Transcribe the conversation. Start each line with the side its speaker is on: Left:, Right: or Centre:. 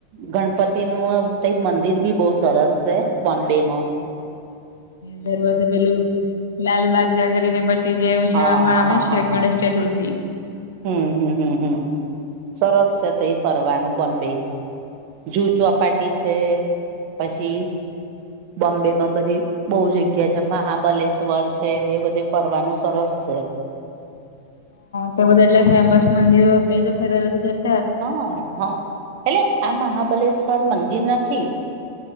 Right: ગણ ગણપતિનું મંદિર બી બહુ સરસ છે, બોમ્બેમાં.
Left: દર વર્ષે પેલું લાલબાગ કરીને પછી જે ઉજવવામાં
Right: હા
Left: આવે
Right: હા
Left: છે,
Right: હા
Left: ગણેશ
Right: હા
Left: ચતુર્થી.
Right: હમ, હમ, હમ, હમ સરસ છે, તે ફરવાનું બમ્બે. જૂજવા ચોપાટી છે, પછી બોમ્બેમાં બધી બહુ જગ્યા છે, મહાબલેશ્વર છે, એ બધે ફરવાનું સરસ છે.
Left: તો બધા ફેમસ મંદિરો હશે તો ફ
Right: હા, હા, એટલે આ મહાબલેશ્વર મંદિર નથી?